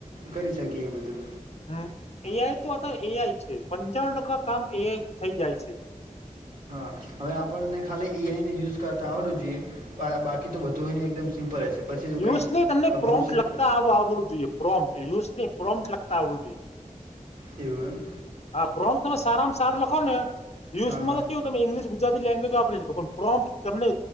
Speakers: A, on the right; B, on the left.
A: કરી શકીએ બધું.
B: હમ, એઆઈ તો એઆઈ છે પંચાણું ટકા કામ એઆઈથી થઈ જાય છે.
A: હા, હવે આપણને ખાલી એઆઈનો યુઝ કરતાં આવડવું જોઈએ બાકી તો બધું હોયને એકદમ સિમ્પલ જ છે. પછી તો કંઈ
B: યુઝની તમને
A: અઘરું
B: પ્રોમ્પ
A: છે જ
B: લખતાં આવડવું જોઈએ પ્રોમ યુઝ પ્રોમપ લખતા આવડવું જોઈએ.
A: એવું એમ.
B: હા, પ્રોમ તમે સારામાં સારું લખોને
A: એમ
B: યુઝમાં
A: હા હા
B: તો કેવું તમે ઈગ્લિંશ ગુજરાતી લેંગ્વેજ વાપરે લોકોન પ્રોમ તમને